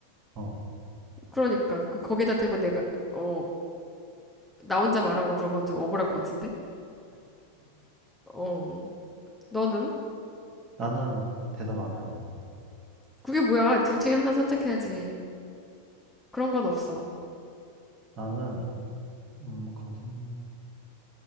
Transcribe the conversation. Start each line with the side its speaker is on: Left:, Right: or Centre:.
Right: 어,
Centre: 그러니까, 그, 거기다 대고 내가, 어, 나 혼자 말하고 그런 건 좀 억울할 것 같은데? 어, 너는?
Right: 나는 대답 안 할래.
Centre: 그게 뭐야? 둘 중에 하나 선택해야지. 그런 건 없어.
Right: 나는, 음, 거짓말.